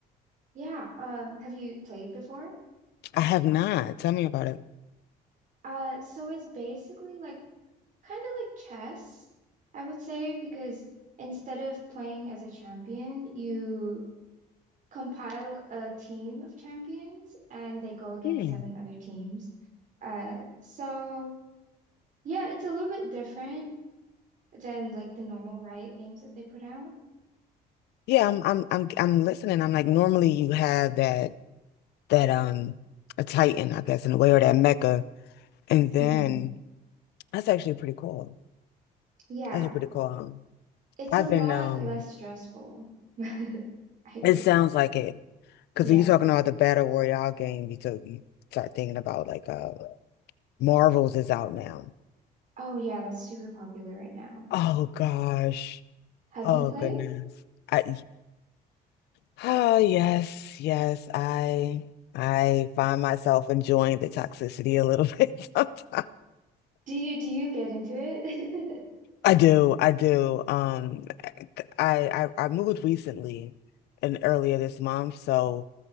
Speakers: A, on the right (about 50°); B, on the left (about 80°).
A: Yeah. Um, have you played before?
B: I have not. Tell me about it.
A: Uh, so it's basically like kind of like chess, I would say, because instead of playing as a champion, you compile a team of champions and they go against
B: Hmm.
A: seven other teams. Uh, so yeah, it's a little bit different than like the normal Riot games that they put out.
B: Yeah, I'm I'm I'm I'm listening. I'm like normally you have that that um a Titan, I guess, in a way, or that Mecca, and then
A: hmm
B: that's actually pretty cool.
A: Yeah,
B: That's actually pretty cool.
A: it's
B: I've
A: a lot
B: been um.
A: less stressful, <laughs> I
B: It
A: think.
B: sounds like it. Because
A: Yeah.
B: when you're talking about the Battle Royale game, you, so you start thinking about like uh Marvel's is out now.
A: Oh yeah, that's super popular right now.
B: Oh gosh.
A: Have
B: Oh
A: you played?
B: goodness. I <sighs> oh yes, yes. I I find myself enjoying the toxicity a little <laughs> bit sometimes.
A: Do you do you get into it? <laughs>
B: I do, I do. Um, I, I I moved recently and earlier this month, so